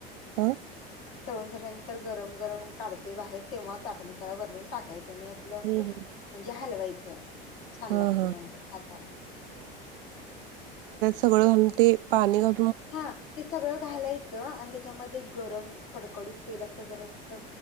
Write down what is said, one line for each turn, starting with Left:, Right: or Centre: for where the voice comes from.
Right: अं
Left: तळून झाल्यानंतर गरम गरम काढते बाहेर तेंव्हा चाट मसाला वरून टाकाय् आणि आपलं
Right: हम्म
Left: असं म्हणजे
Right: हम्म
Left: हलवायचं, छान
Right: हा
Left: लागतं
Right: हा
Left: म न खाताना.
Right: तगळं घालून ते पाणी घाल
Left: हा ते सगळं घालायच्. तळं आणि त्यामध्ये गरम कडकडीत तेल असं जरासं